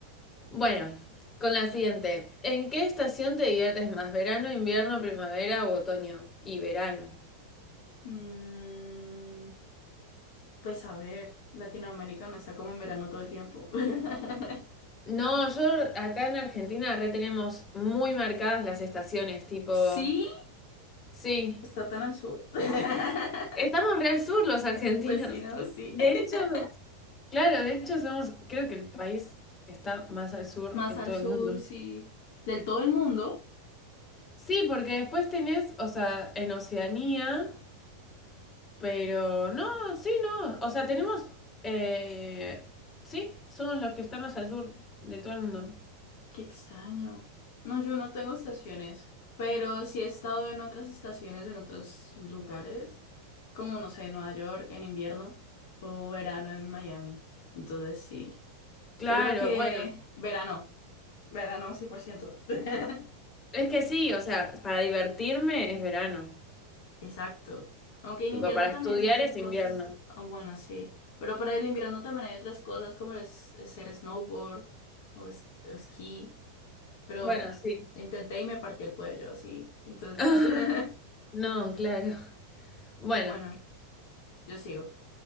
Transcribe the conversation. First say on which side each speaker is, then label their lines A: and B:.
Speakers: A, on the left; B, on the left.
A: Bueno, con la siguiente. ¿En qué estación te diviertes más? ¿Verano, invierno, primavera o otoño? Y verano.
B: Mm, pues a ver, Latinoamérica no está como en verano todo el tiempo. <laughs>
A: No, yo acá en Argentina re tenemos muy marcadas las estaciones, tipo.
B: Sí,
A: Sí,
B: está tan al sur. <laughs>
A: estamos re al sur los argentinos.
B: Pues sí, no, sí.
A: De
B: <laughs>
A: hecho, claro, de hecho somos, creo que el país que está más al sur
B: Más
A: en
B: al
A: todo
B: sur,
A: el mundo.
B: sí. Del todo el mundo.
A: Sí, porque después tenés, o sea, en Oceanía, pero no, sí, no, o sea, tenemos, eh, sí, somos los que estamos al sur de todo el mundo.
B: Qué extraño. No, yo no tengo estaciones, pero sí he estado en otras estaciones, en otros lugares, como no sé, en Nueva York en invierno o verano en Miami. Entonces sí,
A: Claro,
B: yo creo que
A: bueno,
B: verano, verano 100%. <laughs>
A: es que sí, o sea, para divertirme es verano,
B: Exacto. Aunque en
A: tipo,
B: invierno
A: para
B: también
A: estudiar
B: se hacen
A: es
B: cosas,
A: invierno.
B: ah, bueno, sí, pero para el invierno también hay otras cosas como es hacer snowboard o es- o esquí. pero
A: Bueno, sí.
B: intenté y me partí el cuello, así, entonces
A: <laughs>
B: no. <laughs>
A: No, claro. Bueno,
B: Bueno, yo sigo.